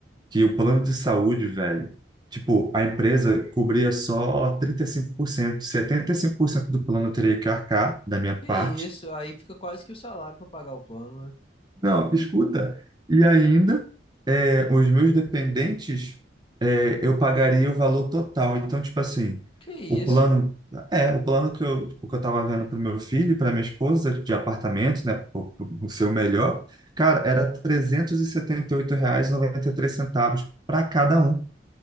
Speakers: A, on the right; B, on the left.
A: que o plano de saúde, velho, tipo, a empresa cobria só 35%, 75% do plano eu teria que arcar da minha
B: Que
A: parte.
B: isso, aí fica quase que o salário pra pagar o plano, né?
A: Não, escuta. E ainda, é, os meus dependentes, é, eu pagaria o valor total. Então, tipo assim,
B: Que isso?
A: o plano, é, o plano que eu, tipo, que eu tava vendo para o meu filho e para minha esposa de apartamento, né, o, o seu melhor, cara, era trezentos e setenta e oito reais R$ centavos para cada um.